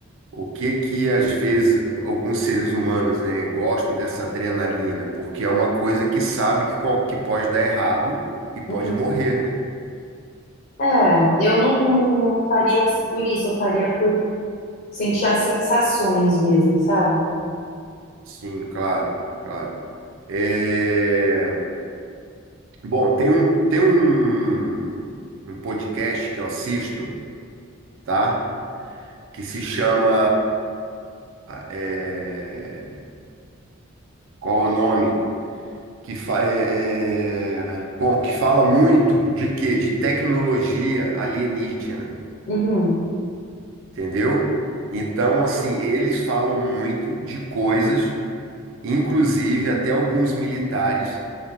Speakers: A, on the right (about 65°); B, on the left (about 45°).
A: o que que às vezes alguns seres humanos, né, gostam dessa adrenalina? Porque é uma coisa que sabe que, qual, que pode dar errado e pode
B: Uhum.
A: morrer, né?
B: É, eu não faria por isso, eu faria por sentir as sensações mesmo, sabe?
A: Sim, claro, claro. É, Bom, tem um, tem um, um, um podcast que eu assisto, tá? Que se chama. é, Qual é o nome? que fa é, é- bom, que fala muito de quê? De tecnologia alienígena,
B: Uhum.
A: entendeu? Então, assim, eles falam muito de coisas, inclusive até alguns militares